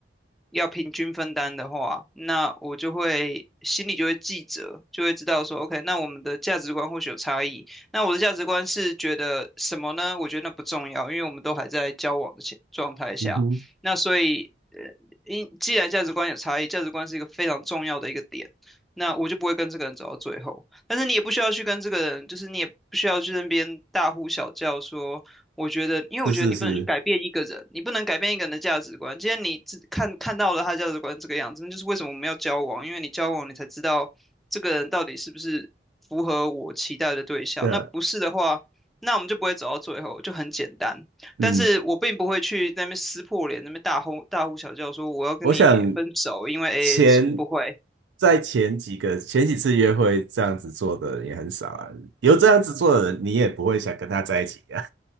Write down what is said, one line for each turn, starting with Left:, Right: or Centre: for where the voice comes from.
Centre: 要平均分担的话，那我就会心里就会记着，就会知道说，OK，那我们的价值观或许有差异。那我的价值观是觉得什么呢？我觉得那不重要，因为我们都还在交往的前状态下。
Right: 嗯哼，
Centre: 那所以，呃，因既然价值观有差异，价值观是一个非常重要的一个点，那我就不会跟这个人走到最后。但是你也不需要去跟这个人，就是你也不需要去那边大呼小叫说。我觉得，因为我觉得你不能去改变一个人，
Right: 是是是，
Centre: 你不能改变一个人的价值观。今天你只看看到了他的价值观这个样子，那就是为什么我们要交往，因为你交往你才知道这个人到底是不是符合我期待的对象。
Right: 的，
Centre: 那不是的话，那我们就不会走到最后，就很简单。
Right: 嗯，
Centre: 但是我并不会去那边撕破脸，那边大吼大呼小叫说我要跟你分手，
Right: 我想
Centre: 因为 AA
Right: 前
Centre: 制不会，
Right: 在前几个前几次约会这样子做的人也很少啊，有这样子做的人，你也不会想跟他在一起啊。